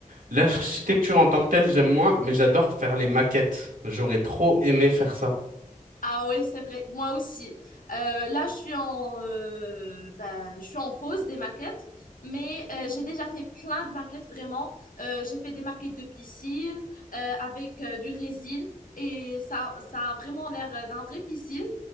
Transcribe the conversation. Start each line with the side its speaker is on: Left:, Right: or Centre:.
Right: l'architecture en tant que telle, j'aime moins, mais j'adore faire les maquettes. J'aurais trop aimé faire ça.
Left: Ah ouais, c'est vrai. Moi aussi. Euh, là, je suis en, euh, bah, je suis en pause des maquettes, mais euh, j'ai déjà fait plein de maquettes, vraiment. Euh, j'ai fait des maquettes de piscine euh, avec euh, du résine. Et ça, ça a vraiment l'air euh, d'un vrai piscine.